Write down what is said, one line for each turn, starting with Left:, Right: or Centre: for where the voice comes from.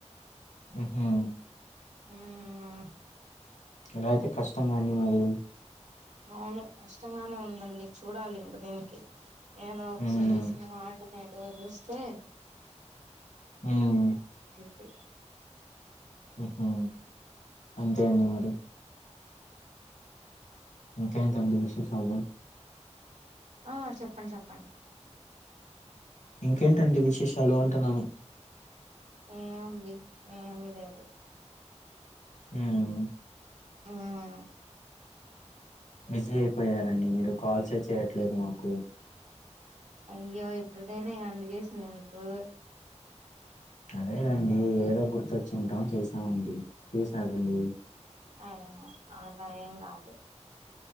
Left: హ్మ్ హు
Right: మ్మ్
Left: ఎలా అయితే కష్ ష్టం గండి మరి
Right: అవును కష్టంగానే ఉందండి చూడాలి ఇంకా దీనికి ఏదో ఒక
Left: హ్మ్
Right: సొల్యూషన్ ఆల్టర్నేట్ టు చూస్తే
Left: హ్మ్
Right: తే
Left: హ అంతే అండి మరి ఇంకెటండి విషె హలో
Right: ఆ చెప్పండి చెప్పండి
Left: ఇంకేంటండి విశేషాలు అంటున్నాను
Right: ఏముంది ఏమీలేదు
Left: హ్మ్
Right: ఆహా
Left: బిజీ అయిపోయారండి మీరు కాల్సే చేయట్లేదు మాకు
Right: అయ్యో ఇప్పుడునేనే కదండీ చేసింది మీకు
Left: అదే రండి ఏదో గుర్తొచ్చి ఉంటాం చేసామండి చేసారండి
Right: అ ఏమో అలా ఎం కాదు